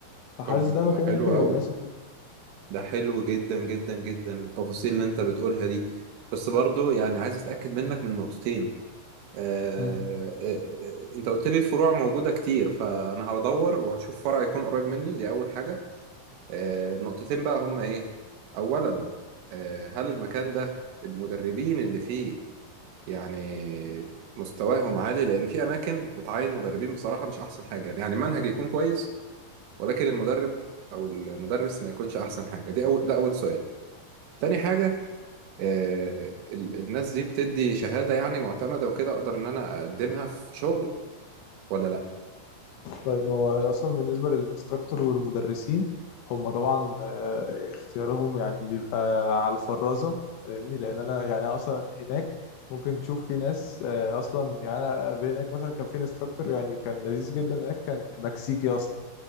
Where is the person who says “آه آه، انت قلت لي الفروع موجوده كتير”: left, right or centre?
Right